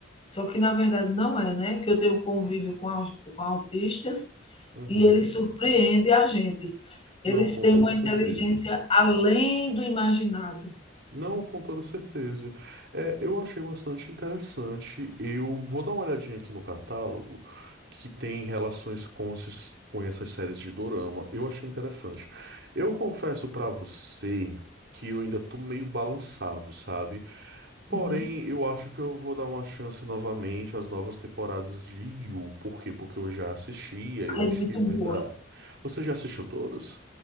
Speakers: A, on the left; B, on the right.
A: Só que na verdade não é, né, que eu tenho convívio com aus com autistas
B: uhum.
A: e eles surpreendem a gente. Eles
B: Não, com
A: têm
B: toda
A: uma
B: certeza.
A: inteligência além do imaginado.
B: Não, com toda certeza. É, eu achei bastante interessante. Eu vou dar uma olhadinha aqui no catálogo que tem relações com, esses- com essas séries de dorama. Eu achei interessante. Eu confesso pra você que eu ainda tô meio balançado, sabe?
A: Sim.
B: Porém, eu acho que eu vou dar uma chance novamente às novas temporadas de Yu. Por quê? Porque eu já assisti, aí eu
A: Ah,
B: acho
A: é muito
B: que vai
A: boa.
B: dar. Você já assistiu todas?